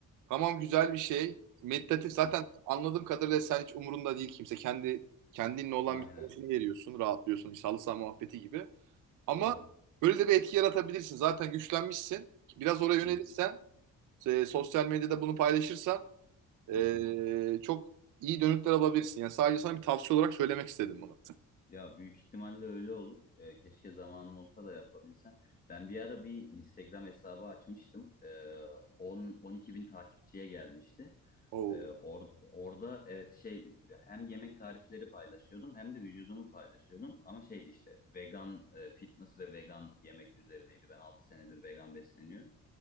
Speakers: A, on the right; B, on the left.
A: tamam güzel bir şey. Meditatif zaten
B: Hı,
A: anladığım kadarıyla sen hiç umurunda değil kimse. Kendi kendinle olan
B: Aynen,
A: bir tarafını veriyorsun, rahatlıyorsun. İşte halı saha muhabbeti gibi. Ama
B: doğru.
A: böyle de bir etki yaratabilirsin. Zaten güçlenmişsin. Biraz oraya yönelirsen,
B: Hı hı,
A: e, sosyal medyada bunu paylaşırsan
B: hı
A: e,
B: hı.
A: çok iyi dönütler alabilirsin. Yani sadece sana bir tavsiye olarak söylemek istedim bunu.
B: Ya büyük ihtimalle öyle olur. Ee, keşke zamanım olsa da yapabilsem. Ben bir ara bir Instagram hesabı açmıştım. Ee, 10 12 bin takipçiye gelmişti.
A: Oo.
B: Ee, or- orada evet şey hem yemek tarifleri paylaşıyordum hem de vücudumu paylaşıyordum. Ama şeydi işte vegan e, fitness ve vegan yemek üzerineydi. Ben 6 senedir vegan besleniyorum.